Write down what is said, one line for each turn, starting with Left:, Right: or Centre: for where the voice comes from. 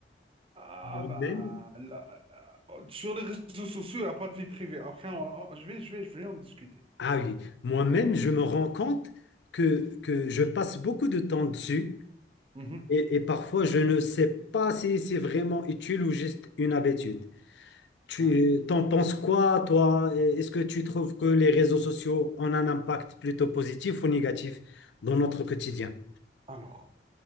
Right: Ah
Left: Moi-même,
Right: ben, là, là, sur les réseaux sociaux, il n'y a pas de vie privée. Après, on- on- je vais, je vais, je vais en discuter.
Left: ah oui, moi-même,
Right: Mhm,
Left: je me rends compte que, que je passe beaucoup de temps dessus
Right: mhm, mhm,
Left: et, et parfois je ne sais pas si c'est vraiment utile ou juste une habitude. Tu
Right: ouais.
Left: t'en penses quoi, toi? Est-ce que tu trouves que les réseaux sociaux ont un impact plutôt positif ou négatif dans notre quotidien?
Right: Alors,